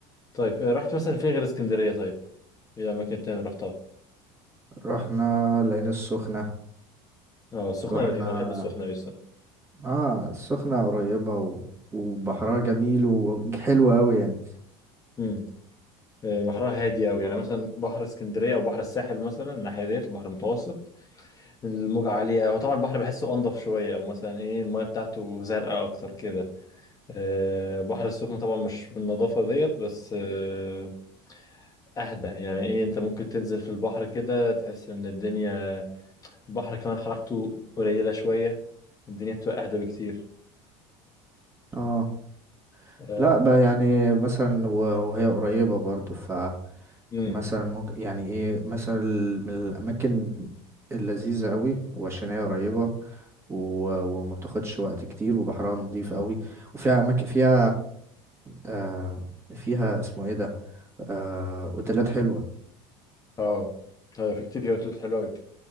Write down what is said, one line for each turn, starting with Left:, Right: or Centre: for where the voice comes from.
Left: طيب آه، رحت مثلا فين غير اسكندريه طيب ايه الاماكن التانية اللي رحتها
Right: رحنا العين السخنة
Left: اه السخنه
Right: رحنا
Left: لذيذه انا بحب السخنه أوي الصراحه
Right: اه السخنة قريبة و... وبحرها جميل وحلو قوي يعني
Left: امم آه، بحرها هادي قوي يعني مثلا بحر اسكندريه او بحر الساحل مثلا الناحيه ديت البحر المتوسط الموجة عالية هو طبعا البحر بحسه أنضف شوية أو مثلا إيه المياه بتاعته زرقاء أكتر كده آه، البحر السخن طبعا مش بالنظافة ديت بس آه، أهدى يعني إيه أنت ممكن تنزل في البحر كده تحس إن الدنيا البحر كمان حركته قليلة شوية الدنيا بتبقى أهدى بكتير
Right: اه
Left: آه،
Right: لا بقى يعني مثلا و- وهي قريبة برضو ف
Left: امم
Right: مثلا ممكن يعني ايه مثلا من الاماكن اللذيذة قوي وعشان هي قريبة و... وما بتاخدش وقت كتير وبحرها نضيف قوي وفيها اماكن فيها آه... فيها اسمه ايه ده آه... اوتيلات حلوة
Left: اه آه، في كتير فيها اوتيلات حلوه قوي